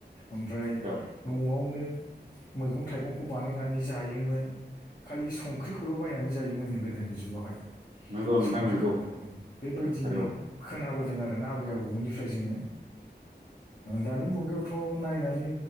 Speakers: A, on the left; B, on the right.
A: ओमफ्राय
B: औ
A: न'आवनो मैगं थाइगंखौ बानायनानै जायोमोन खालि संख्रिखौल' बायनानै जायोमोनो गोदोनि जुगावहाय।
B: नंगौ नोंथां
A: संख्रिखौल'
B: नंगौ
A: ओ बेबायदिनो
B: नंथारगौ
A: खोनाबा खोनादों आरोना आबै आबौमोननिफ्राय जोङो दानि मुगायावथ' नायनानै